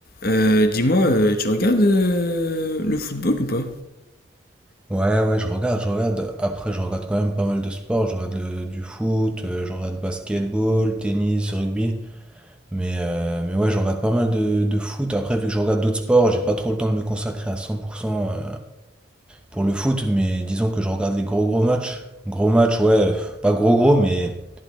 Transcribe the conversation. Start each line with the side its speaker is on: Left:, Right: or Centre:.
Left: Euh, dis-moi, euh, tu regardes euh, le football ou pas?
Centre: Ouais, ouais, je regarde, je regarde. Après, je regarde quand même pas mal de sports. Je regarde le- du foot, euh, je regarde basketball, tennis, rugby. Mais, euh, mais ouais, je regarde pas mal de, de foot. Après, vu que je regarde d'autres sports, j'ai pas trop le temps de me consacrer à 100% euh, pour le foot. Mais disons que je regarde les gros gros matchs. Gros matchs, ouais, pff, pas gros gros, mais